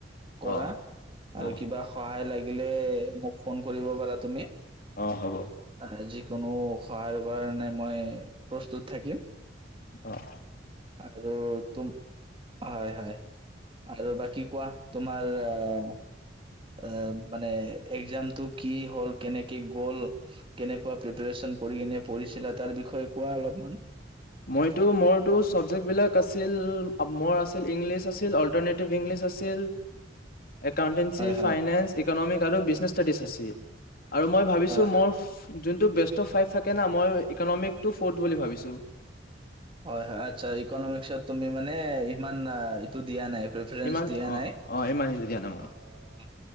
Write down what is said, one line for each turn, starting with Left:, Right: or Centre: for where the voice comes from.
Right: কৰা
Left: অঁ
Right: আৰু
Left: অঁ
Right: কিবা সহায় লাগিলে মোক। ফোন কৰিব পাৰা তুমি।
Left: অঁ হ'ব
Right: <unintelligible> কোনো সহায়ৰ কাৰণে মই প্ৰস্তুত থাকিম।
Left: অ'।
Right: আৰু তুম হয়, হয় আৰু বাকী কোৱা তোমাৰ আ আ এ এ মানে এক্সামটো কি হ'ল, কেনেকে গ'ল, কেনেকুৱা প্ৰিপাৰেচন কৰি কিনে পঢ়িছিলা তাৰ বিষয়ে কোৱা অলপমান।
Left: মইতো মোৰতো চাবজেক্টবলাক আছিল, মোৰ আছিল ইংলিছ আছিল, অল্টাৰনেটিভ ইংলিছ আছিল। একাউণ্টেন্সি,
Right: হয় হয়
Left: ফাইনেন্স, ইকনমিক্। <unintelligible> বিজনেছ ষ্টাডিছ আছে। আৰু মই ভাবিছোঁ
Right: হয় হয়
Left: মোৰ। যোনটো বেষ্ট অফ ফাইভ থাকে না, মই ইকনমিক্সতো ফৰ্থ বুলি ভাবিছোঁ।
Right: হয়, হয়, আচ্ছা ইকনমিক্সত তুমি মানে। ইমান অ', এইটো দিয়া নাই। প্ৰেফাৰেন্স
Left: ইমান
Right: দিয়া
Left: অ
Right: নাই।
Left: অ ইমান সিজো দিয়া নাই মই।
Right: অ',